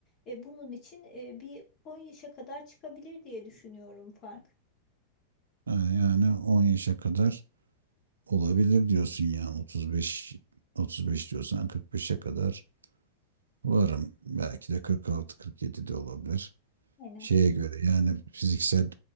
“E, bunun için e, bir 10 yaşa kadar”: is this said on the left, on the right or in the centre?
Left